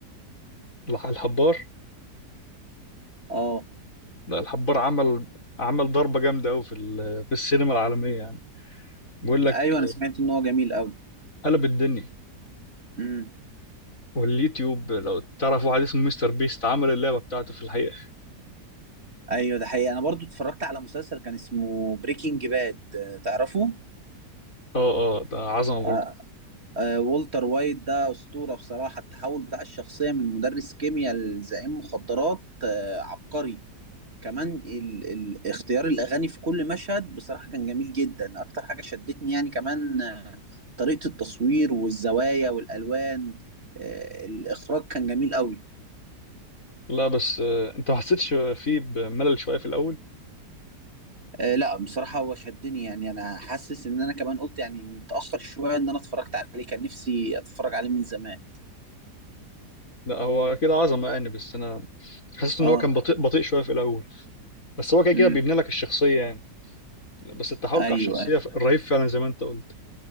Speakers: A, on the left; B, on the right.
A: الح- الحبار
B: اه
A: لا الحبار عمل عمل ضربه جامده قوي في ال- في السينما العالميه يعني بيقول لك
B: ايوه انا سمعت ان هو جميل قوي
A: قلب الدنيا
B: امم
A: واليوتيوب لو تعرف واحد اسمه مستر بيست عمل اللعبة بتاعته في الحقيقة
B: ايوه ده حقيقي انا برضو اتفرجت على مسلسل كان اسمه بريكنج باد تعرفه
A: اه اه ده عظمة برضه
B: آه آه والتر وايت ده اسطوره بصراحه التحول بتاع الشخصيه من مدرس كيمياء لزعيم مخدرات آه عبقري كمان ال... ال... اختيار الاغاني في كل مشهد بصراحه كان جميل جدا اكتر حاجه شدتني يعني كمان آه، طريقه التصوير والزوايا والالوان آه، الاخراج كان جميل قوي
A: لا بس آه، انت ما حسيتش فيه بملل شوية في الأول؟
B: آه، لا بصراحه هو شدني يعني انا حاسس ان انا كمان قلت يعني متاخر شويه ان انا اتفرجت عليه كان نفسي اتفرج عليه من زمان
A: لا هو كده عظمة يعني بس أنا حسيت إن
B: اه
A: هو كان بطيء بطيء شوية في الأول بس هو كده كده
B: امم
A: بيبني لك الشخصية يعني بس التحول
B: ايوه
A: بتاع الشخصية رهيب فعلا زي ما أنت قلت